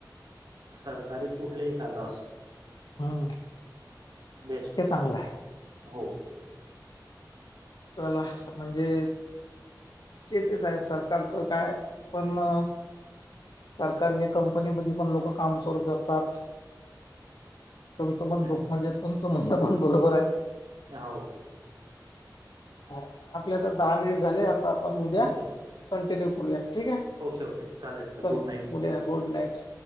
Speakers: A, on the right (about 80°); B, on the left (about 70°).
A: सरकारी कुठलंही खातं असो.
B: हम्म
A: बेस्ट.
B: ते चांगलं आहे.
A: हो.
B: चला अ म्हणजे चे तेच आहे सरकारचं काय पणं सरकारची कंपनीमध्ये पण लोकं कामचोर करतात. तुमचं पण
A: हं.
B: दुख म्हणजे तुमचं म्हणणं पण बरोबर आहे.
A: <unintelligible>
B: अ आपले आता दहा मिनिट झाले आता आपण उद्या
A: ओके
B: कंटिन्यू करूया ठीक आहे.
A: ओके ओके चालेल सर
B: चला
A: गुड नाईट
B: उद्या
A: ओके
B: गुड नाईट.